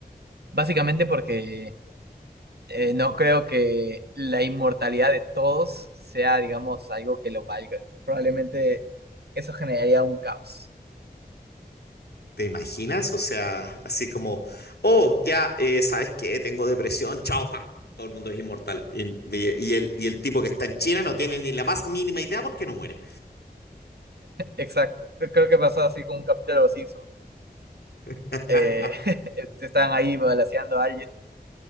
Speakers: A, on the right; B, on the left.
A: Básicamente porque eh, no creo que la inmortalidad de todos sea, digamos, algo que lo valga. Probablemente eso generaría un caos.
B: ¿Te imaginas? O sea, así como, oh, ya, eh, ¿sabes qué? Tengo depresión, chao, pa. Todo el mundo es inmortal. Y, y- y el, y el tipo que está en China no tiene ni la más mínima idea porque no muere.
A: Exacto, creo que pasó así con un capítulo de los Simpsons.
B: <laughs>
A: Eh, <laughs> están ahí balanceando a alguien.